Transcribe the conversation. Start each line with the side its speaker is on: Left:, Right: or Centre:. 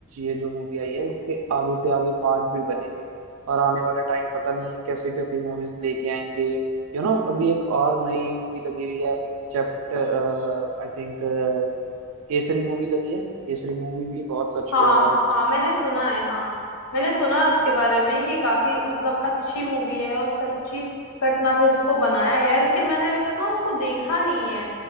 Right: ये जो मूवी आई है इसके आगे से आगे पार्ट भी बनेंगे और आने वाले टाइम पता नहीं कैसी कैसी मूवीज लेके आएंगे यू नो अभी एक और नई मूवी लगी हुई है chapter I think Kesari movie लगी है केसरी मूवी भी बहुत सच
Left: हाँ
Right: पे आधारित
Left: हाँ मैंने सुना है हाँ मैंने सुना है
Right: है
Left: उसके बारे में कि काफी मतलब अच्छी मूवी है और सच्ची घटना पे उसको बनाया गया है लेकिन मैंने अभी तक ना उसको देखा नहीं है